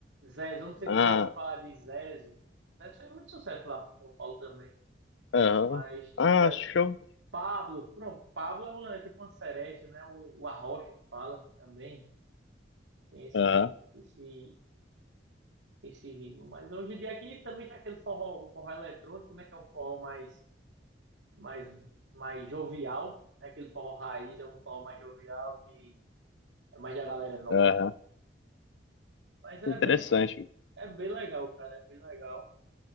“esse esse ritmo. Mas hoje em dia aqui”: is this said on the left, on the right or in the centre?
Right